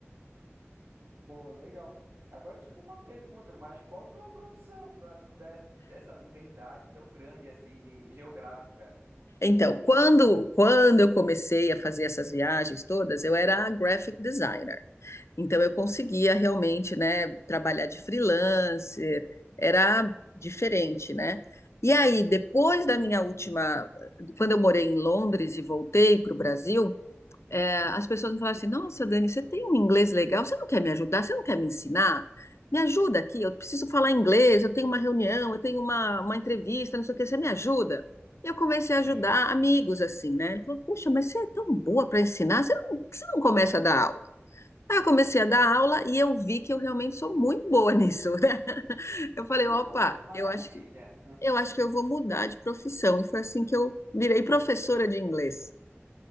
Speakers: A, on the right; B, on the left.
A: Pô, legal. Agora, desculpa a pergunta, mas qual a tua profissão para te dar essa liberdade tão grande assim de geográfica?
B: Então, quando, quando eu comecei a fazer essas viagens todas, eu era graphic designer. Então eu conseguia realmente, né, trabalhar de freelancer, era diferente, né? E aí, depois da minha última, quando eu morei em Londres e voltei para o Brasil, eh, as pessoas me falaram assim: Nossa, Dani, você tem um inglês legal, você não quer me ajudar? Você não quer me ensinar? Me ajuda aqui, eu preciso falar inglês, eu tenho uma reunião, eu tenho uma, uma entrevista, não sei o que, você me ajuda? E eu comecei
A: Sim.
B: a ajudar amigos assim, né? Ele falou: Puxa, mas você é tão boa para ensinar, você não, por que você não começa a dar aula? Aí eu comecei a dar aula e eu vi que eu realmente sou muito boa nisso, né? <laughs> Eu falei,
A: Que
B: opa,
A: bom, que maravilha.
B: eu acho que eu acho que eu vou mudar de profissão. E foi assim que eu virei professora de inglês.